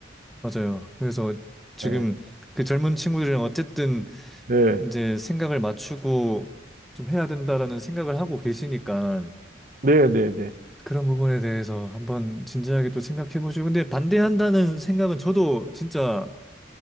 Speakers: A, in the centre; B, on the right (about 45°).
A: 맞아요. 그래서 지금
B: 네,
A: 그 젊은 친구들은 어쨌든
B: 네,
A: 이제 생각을 맞추고 좀 해야 된다라는 생각을 하고 계시니까
B: 네, 네, 네.
A: 그런 부분에 대해서 한번 진지하게 또 생각해 보시고 근데 반대한다는 생각은 저도 진짜